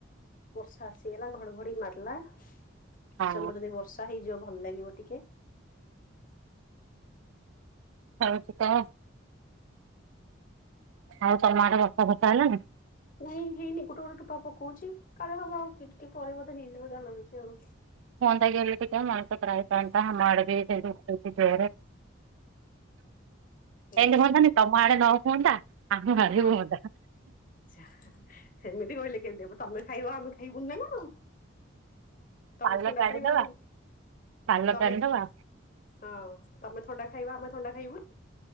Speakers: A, on the left; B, on the right.
A: ବର୍ଷା ଆସିଗଲା ଘଡଘଡି ମାରିଲା। କିଛି
B: ହଁ
A: ସମୟ ପରେ ଯଦି ବର୍ଷା ହେଇଯିବ ଭଲ ଲାଗିବ ଟିକେ।
B: ହଉଚି ତ ଆଉ ତମ ଆଡେ ବର୍ଷା ଫର୍ଷା ହେଲାଣି?
A: ନାଇଁ ହେଇନି। ଗୋଟେ ଗୋଟେ ଟୋପା ପକଉଛି କାଳେ ହବ ଆଉ ଟିକେ ଟିକେ ପରେ ବୋଧେ ହେଇଯିବ ଯାହା ଲାଗୁଚି ଆଉ।
B: ହୁଅନ୍ତା ହେଲେ ଟିକେ ମଣିଷ ତ୍ରାହି ପାନ୍ତା। ଆମଆଡେ ଟିକେ ସେମିତି ଉଠଉଛି ଜୋରେ।
A: ହୁଁ
B: ଏମିତି ହୁଅନ୍ତାନି ତମ ଆଡେ ନ ହୁଅନ୍ତା ଆମ ଆଡେ
A: ହଁ।
B: ହୁଅନ୍ତା
A: ଯା ସେମିତି କହିଲେ କେମିତି ହବ। ତମେ ଖାଇବ ଆମେ ଖାଇବୁନି ନା କଣ ତମେ
B: ପାଲ
A: ଥଣ୍ଡା
B: ଟାଣିଦବା
A: ପାଇବ ଆମେ
B: ପାଲ
A: ତମେ
B: ଟାଣିଦବା
A: ଥ ହଁ ତମେ ଥଣ୍ଡା ଖାଇବ ଆମେ ଥଣ୍ଡା ଖାଇବୁନି।